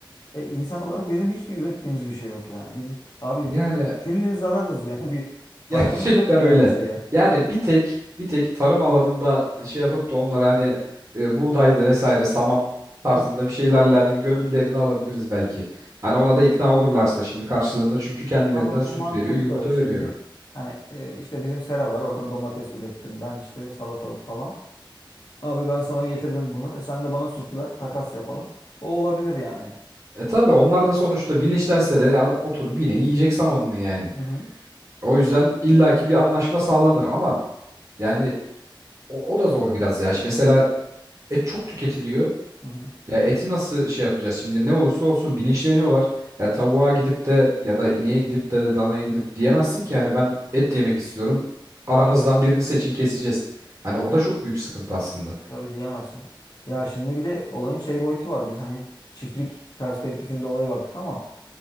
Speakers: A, on the left; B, on the right.
A: E, insan olarak bizim hiçbir ürettiğimiz bir şey yok yani. Bizim abi
B: Yani
A: kül, küllin zararız <laughs> yani bir
B: <laughs>
A: faydamız
B: Gerçekten
A: yok ki yani
B: öyle.
A: şeye.
B: Yani bir tek bir tek tarım alanında şey yapıp da onlara hani e, buğdaydı vesaire saman tarzında
A: Hı.
B: bir şeylerle hani bir gönüllerini alabiliriz belki. Hani ona da ikna olurlarsa şimdi karşılığında çünkü kendilerinden
A: Ha bak
B: süt
A: o mantıklı.
B: veriyor, yumurta
A: Şimdi
B: veriyor.
A: hani e, işte bizim sera var. Oradan domates ürettim ben işte salatalık falan. Abi ben sana getirdim bunu. E, sen de bana süt ver. Takas yapalım. O olabilir yani.
B: E tabi onlar da sonuçta bilinçlense de adam oturup yine yiyecek samanını yani.
A: Hı hı.
B: O yüzden illaki bir anlaşma sağlanır ama yani o, o da zor biraz ya. Şimdi mesela et çok tüketiliyor.
A: Hı hı.
B: Ya eti nasıl şey yapacağız? Şimdi ne olursa olsun bilinçleniyorlar. Ya tavuğa gidip de ya da ineğe gidip de danaya gidip diyemezsin ki yani ben et yemek istiyorum. Aranızdan birini seçin keseceğiz. Hani o da çok büyük sıkıntı aslında.
A: Tabii diyemezsin. Ya şimdi bir de olayın şey boyutu var. Biz hani çiftlik perspektifinde olaya baktık ama